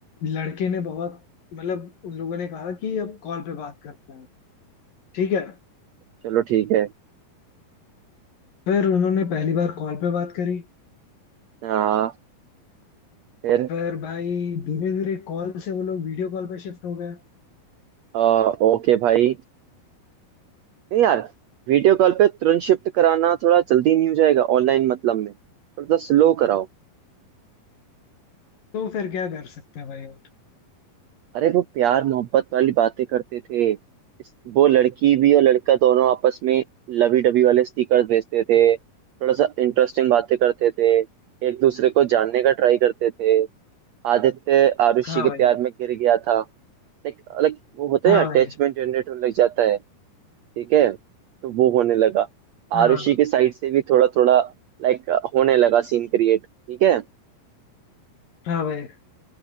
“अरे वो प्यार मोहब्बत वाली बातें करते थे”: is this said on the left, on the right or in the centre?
Right